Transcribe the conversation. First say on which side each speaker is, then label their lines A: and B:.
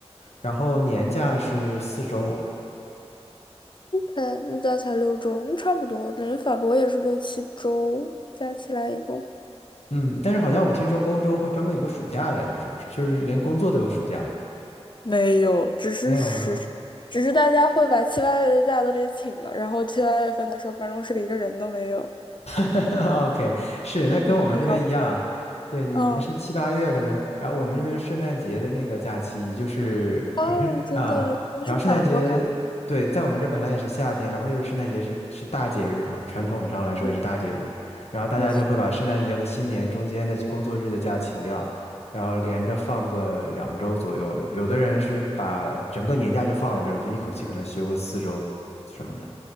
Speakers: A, on the left (about 70°); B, on the left (about 45°).
A: 然后年假是四周，
B: 嗯，加起来六周，那差不多，感觉法国也是六七周，加起来一共。
A: 嗯，但是好像我听说欧洲会专门有个暑假来着，是不是？就是连工作都有暑假。
B: 没有，只是实施只是大家会把七八月的假都给请了，
A: 没有吗？
B: 然后七八月份的时候，办公室里一个人都没有，
A: <laughs> OK，是，那跟我们这边一样，
B: 人都找不到。
A: 对，你们是七八月可能，
B: 嗯，
A: 然后我们这边圣诞节的那个假期就是本身啊，
B: 哦，真的，原来是反过来，
A: 然后圣诞节，对，在我们这本来也是夏天，然后又是圣诞节是是大节日嘛，传统上来说也是大节日，
B: 嗯，
A: 然后大家就会把圣诞节和新年中间的工作日的假请掉，
B: 没错，
A: 然后连着放个两周左右，有的人是把整个年假就放在这儿了，就一口气可能休个四周什么的，